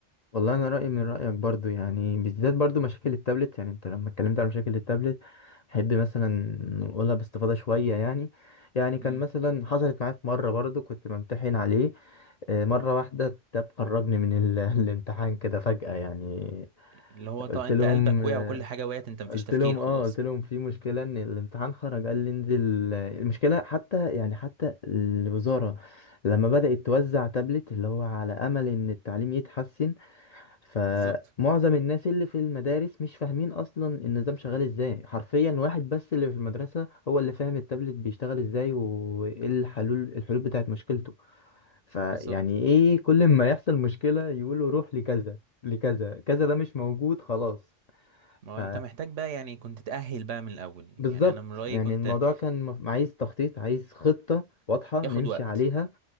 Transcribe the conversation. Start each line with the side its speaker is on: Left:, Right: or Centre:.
Left: والله انا رايي من رايك برضو يعني بالذات برضو مشاكل التابلت يعني انت لما اتكلمت على مشاكل التابلت احب مثلا نقولها باستفاضه شويه يعني يعني كان
Right: امم
Left: مثلا حصلت معايا في مره برضو كنت بمتحن عليه آه، مرة واحدة التاب خرجني من ال... <laughs> الامتحان كده فجأة يعني
Right: اللي هو طبعا
Left: قلت
Right: انت
Left: لهم
Right: قلبك
Left: آه،
Right: وقع وكل حاجه وقعت انت مفيش
Left: قلت
Right: تفكير
Left: لهم
Right: خلاص
Left: اه قلت لهم في مشكلة ان الامتحان خرج قال لي انزل آه، المشكلة حتى يعني حتى الوزارة لما بدأت توزع تابلت اللي هو على أمل ان التعليم يتحسن فمعظم
Right: بالظبط
Left: الناس اللي في المدارس مش فاهمين اصلا النظام شغال ازاي حرفيا واحد بس اللي في المدرسة هو اللي فاهم التابلت بيشتغل ازاي وايه الحلول الحلول بتاعت مشكلته فيعني
Right: بالظبط
Left: ايه كل ما يحصل مشكلة يقولوا روح لكذا لكذا كذا ده مش موجود خلاص
Right: ما هو
Left: ف
Right: انت محتاج بقى يعني كنت تأهل بقى من الأول يعني
Left: بالظبط
Right: يعني أنا من رأيي
Left: يعني
Right: كنت
Left: الموضوع كان مف- عايز تخطيط عايز خطة واضحة
Right: ياخد
Left: نمشي
Right: وقت
Left: عليها